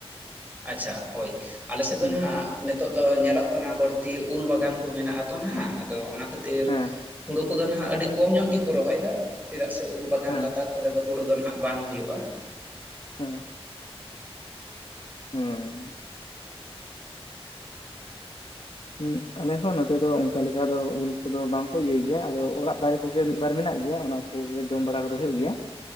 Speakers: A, on the right; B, on the left.
A: ᱟᱪᱪᱷᱟ ᱦᱳᱭ ᱟᱞᱮ ᱥᱮᱫ
B: ᱦᱩᱸ
A: ᱫᱚ ᱱᱷᱟᱸᱜ ᱱᱤᱛᱚᱜ ᱫᱚ ᱧᱮᱞᱚᱜ ᱠᱟᱱᱟ ᱵᱟᱹᱲᱛᱤ ᱩᱞ ᱵᱟᱜᱟᱱ ᱠᱚ ᱢᱮᱱᱟᱜᱼᱟ ᱛᱚ ᱱᱷᱟᱸᱜ ᱟᱫᱚ ᱚᱱᱟ ᱠᱷᱟᱹᱛᱤᱨ
B: ᱦᱮᱸ
A: ᱦᱩᱲᱩ ᱠᱚᱫᱚ ᱱᱷᱟᱸᱜ ᱟᱹᱰᱤ ᱠᱚᱢ ᱧᱚᱜ ᱜᱮᱠᱚ ᱨᱚᱦᱚᱭ ᱮᱫᱟ, ᱪᱮᱫᱟᱜ ᱥᱮ ᱩᱞ ᱵᱟᱜᱟᱱ
B: ᱦᱮᱸ
A: ᱞᱟᱛᱟᱨ ᱠᱚᱨᱮ ᱫᱚ ᱦᱩᱲᱩ ᱫᱚ ᱱᱷᱟᱸᱜ ᱵᱟᱝ ᱦᱩᱭᱩᱜᱼᱟ᱾
B: ᱦᱮᱸ, ᱦᱩᱸ ᱦᱩᱸ ᱟᱞᱮ ᱦᱚᱸ ᱱᱚᱛᱮ ᱫᱚ ᱚᱸᱠᱟ ᱞᱮᱠᱟ ᱫᱚ ᱩᱞ ᱠᱳᱫᱳ ᱵᱟᱝ ᱠᱚ ᱤᱭᱟᱹᱭ ᱜᱮᱭᱟ, ᱟᱫᱚ ᱚᱲᱟᱜ ᱫᱟᱨᱮ ᱠᱚᱜᱮ ᱢᱤᱫ ᱵᱟᱨ ᱢᱮᱱᱟᱜ ᱜᱮᱭᱟ ᱚᱱᱟ ᱠᱩᱜᱮ ᱡᱚᱢ ᱵᱟᱲᱟ ᱠᱚᱫᱚ ᱦᱩᱭᱩᱜ ᱜᱮᱭᱟ,